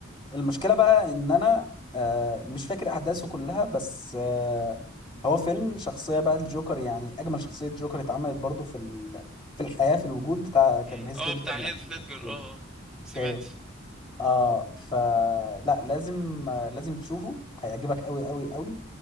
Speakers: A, on the left; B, in the centre.
A: المشكله بقى ان انا آه مش فاكر احداثه كلها بس آه هو فيلم شخصيه بقى الجوكر يعني اجمل شخصيه جوكر اتعملت برضو في ال... في الحياه في الوجود بتاع كان
B: مم.
A: هيث
B: اه
A: ليدجر
B: بتاع
A: لا.
B: هيث ليدجر اه اه سمعت
A: اوكي اه فلا لازم آه، لازم تشوفه هيعجبك قوي قوي قوي